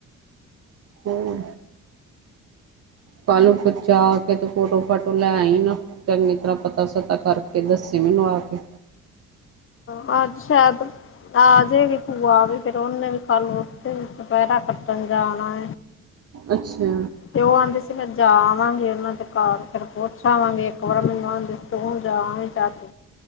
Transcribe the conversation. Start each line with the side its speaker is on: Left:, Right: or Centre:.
Right: ਹੂ ਪਾਲੋ ਫਿਰ ਜਾ ਫੋਟੋ- ਫਾਟੋ ਲੈ ਆਈ ਨਾ। ਚੰਗੀ ਤਰ੍ਹਾਂ ਪਤਾ- ਸਤਾ ਕਰਕੇ ਦੱੱਸ ਮੈਨੂੰ ਆ ਕੇ।
Left: ਹਹ ਅੱਜ ਸ਼ਾਇਦ ਆਜੇ ਵੀ ਭੂਆ ਵੀ ਫਿਰ ਉਹਨੇ ਵੀ ਕੱਲ ਉਥੇ ਵੀ ਚਪਹਿਰਾ ਕੱਟਣ ਜਾਣਾ।
Right: ਅੱਛਾ।
Left: ਤੇ ਉਹ ਆਉਂਦੀ ਸੀ ਮੈਂ ਜਾ ਆਵਾਂਗੀ ਉਹਨਾਂ ਦੇ ਘਰ ਫਿਰ ਪੁੱਛ ਆਵਾਂਗੇ ਇੱਕ ਵਾਰ ਮਿਲਾਂਗੇ। ਤੂੰ ਜਾਵੀ ਤੱਕ